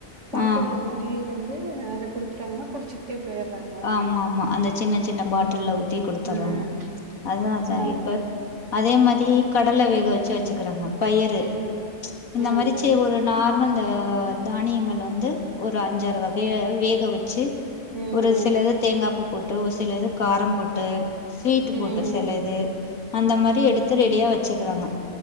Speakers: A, on the right; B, on the left.
A: பாட்டில்ல
B: ஆ
A: ஊத் தி வந்து அத குடுத்துட்டாங்னா குடிச்சிட்டே பேய்ட்றாங்
B: ஆமாமா அந்த சின்ன சின்ன பாட்டில்ல ஊத்தி குடுத்தர்றாங்க
A: ம் ம்
B: அதா அதா
A: ஆமா
B: இப்ப அதே மாதி கடல வேக வச்சு வச்சுகுறாங்க பயறு
A: ம்
B: இந்த
A: ம்
B: மரிச்சு
A: ம்
B: ஒரு நார்மல் ந்த தானியங்கள வந்து ஒரு அஞ்சாறு வகய வேக வச்சு
A: ம் ம்
B: ஒருசிலத தேங்காபூ போட்டு ஒருசிலத காரம் போட்டு ஸ்வீட்
A: ம் ம்
B: போட்டு செலஇது அந்தமாரி எடுத்து ரெடியா வெச்சுக்றாங்க